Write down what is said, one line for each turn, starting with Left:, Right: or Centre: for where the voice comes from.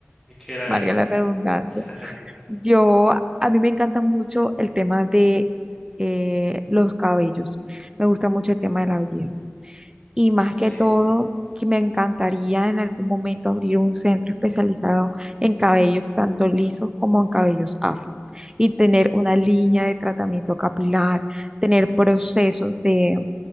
Centre: ¿y qué era
Right: valga
Centre: eso?
Right: la redundancia.
Centre: <laughs>
Right: Yo, a mí me encanta mucho el tema de eh, los cabellos, me gusta mucho el tema de la belleza. Y más
Centre: Sí,
Right: que todo, que me encantaría en algún momento abrir un centro especializado en cabellos tanto lisos como en cabellos afro. Y tener una línea de tratamiento capilar, tener procesos de,